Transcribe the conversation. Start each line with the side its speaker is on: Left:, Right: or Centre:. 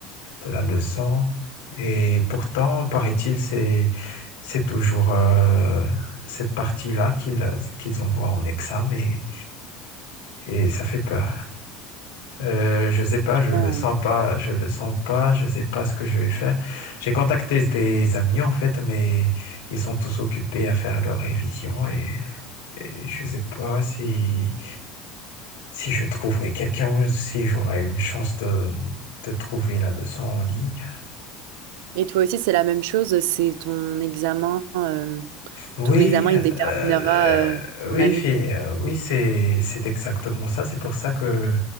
Left: de la leçon. Et pourtant, paraît-il, c'est, c'est toujours euh, cette partie-là qu'ils qu'ils envoient en examen et, et ça fait peur. Euh, je sais pas, je le
Right: Oh.
Left: sens pas, je le sens pas, je sais pas ce que je vais faire. J'ai contacté des amis en fait, mais ils sont tous occupés à faire leur révision et, et je sais pas si si je trouverai quelqu'un ou si j'aurai une chance de de trouver la leçon en ligne.
Right: Et toi aussi, c'est la même chose. C'est ton examen. euh,
Left: Oui,
Right: ton examen,
Left: euh,
Right: il déterminera
Left: euh,
Right: euh, ton
Left: oui,
Right: année.
Left: fi- euh, oui, c'est c'est exactement ça. C'est pour ça que